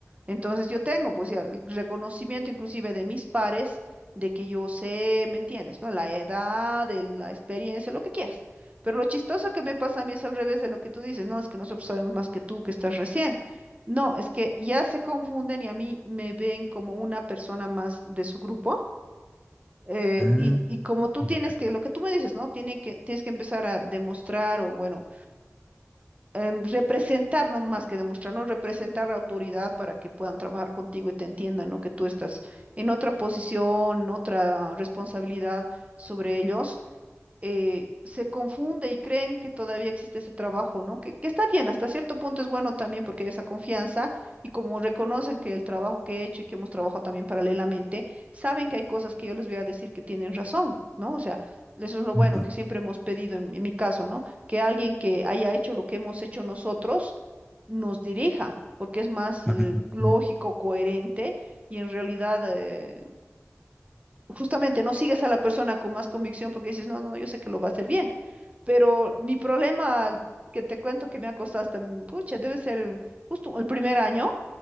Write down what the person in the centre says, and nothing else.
Ah,
ya.
Pronto,
para
comprar,